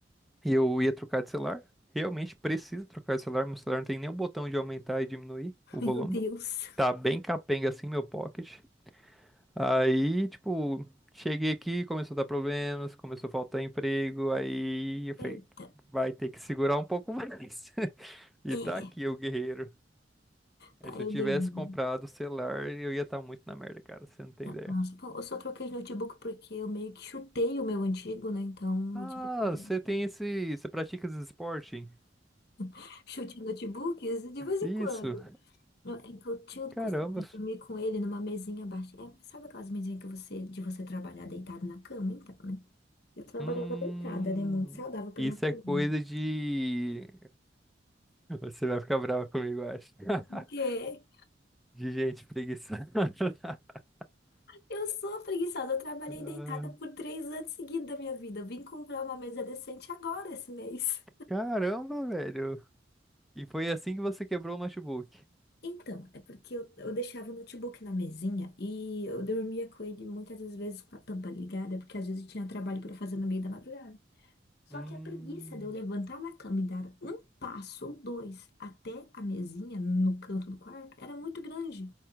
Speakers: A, in the centre; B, on the left.
A: e eu ia trocar de celular. Realmente preciso trocar de celular, meu celular não tem nem o botão de aumentar e diminuir o
B: meu
A: volume.
B: Deus.
A: Tá bem capenga assim meu pocket. Aí, tipo, cheguei aqui, começou a dar problemas, começou a faltar emprego, aí eu falei,
B: Eita,
A: vai ter que segurar um pouco mais. <laughs> E
B: é.
A: tá aqui o guerreiro. Aí,
B: Tá,
A: se
B: eu
A: eu tivesse
B: ganhei.
A: comprado o celular, eu ia estar muito na merda, cara, você não tem
B: Tá,
A: ideia.
B: nossa, bom, eu só troquei de notebook porque eu meio que chutei o meu antigo, né? Então
A: Ah,
B: eu tive que comprar
A: você tem esse, você pratica esse esporte?
B: <laughs> chute em notebooks de vez em
A: Isso.
B: quando. Não, é que eu tinha o
A: Caramba.
B: costume de dormir com ele numa mesinha baixa. É, sabe aquelas mesinhas que você, de você trabalhar deitado na cama? Então, né? Eu trabalhava
A: Hum,
B: deitada, né? Muito saudável pra
A: isso
B: minha
A: é
B: coluna.
A: coisa de <laughs> você vai ficar brava comigo, eu acho. <laughs>
B: o Porque
A: De gente preguiçosa. <laughs>
B: eu sou preguiçosa, eu trabalhei
A: Ah,
B: deitada por três anos seguidos da minha vida. Eu Vim comprar uma mesa decente agora esse mês.
A: Caramba, velho. E foi assim que você quebrou o notebook.
B: Então, é porque eu, eu deixava o notebook na mesinha e eu dormia com ele muitas das vezes com a tampa ligada, porque às vezes eu tinha trabalho para fazer no meio da madrugada. Só
A: Hum,
B: que a preguiça de eu levantar na cama e dar um passo ou dois até a mesinha no canto do quarto era muito grande.